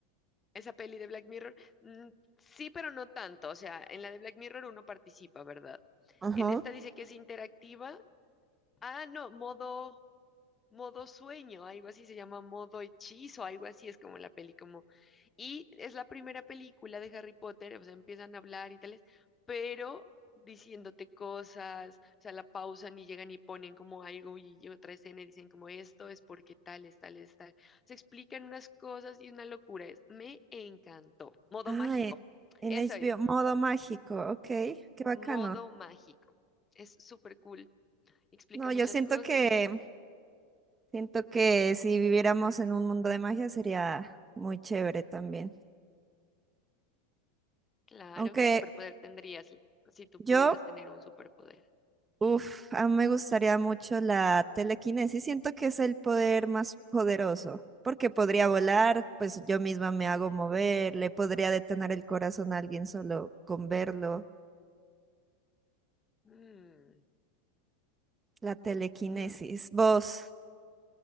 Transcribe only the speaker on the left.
esa peli de Black Mirror. mm, sí, pero no tanto, o sea, en la de Black Mirror uno participa, ¿verdad?
En esta dice que es interactiva. Ah, no, modo... modo sueño, algo así se llama modo hechizo, algo así es como la peli, como, y es la primera película de Harry Potter, o sea, empiezan a hablar y tales, pero diciéndote cosas, o sea, la pausan y llegan y ponen como algo y otra escena y dicen como esto es porque tales, tales, tal. Se explican unas cosas y una locura es, me encantó. Modo
mágico,
eso
es,
modo mágico. Es súper cool, explica
muchas
cosas
y
Claro,
¿qué superpoder tendrías si tú pudieras
tener un superpoder?
Mm,
mm,